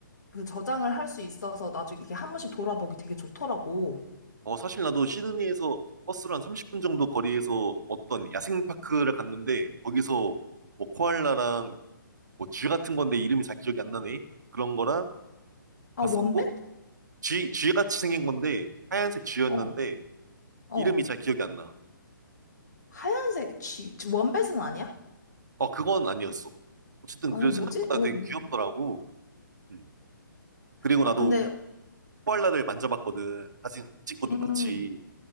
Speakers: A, on the left; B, on the right.
A: 그 저장을 할 수 있어서 나중에 이게 한 번씩 돌아보기 되게 좋더라고.
B: 어, 사실 나도 시드니에서 버스로 한 30분 정도 거리에서 어떤 야생파크를 갔는데, 거기서 뭐 코알라랑 뭐 쥐 같은 건데 이름이 잘 기억이 안 나네. 그런 거랑
A: 아,
B: 봤었고,
A: 원뱃?
B: 쥐, 쥐 같이 생긴 건데, 하얀색 쥐였는데,
A: 어, 어.
B: 이름이 잘 기억이 안 나.
A: 하얀색 쥐, 쥐- 원뱃은 아니야?
B: 어, 그건 아니었어. 어쨌든,
A: 어,
B: 그래서
A: 뭐지?
B: 생각보다
A: 어,
B: 되게
A: 음.
B: 귀엽더라고. 음. 그리고
A: 아,
B: 나도
A: 근데,
B: 코알라를 만져봤거든. 사진 찍고 똑같이.
A: 음,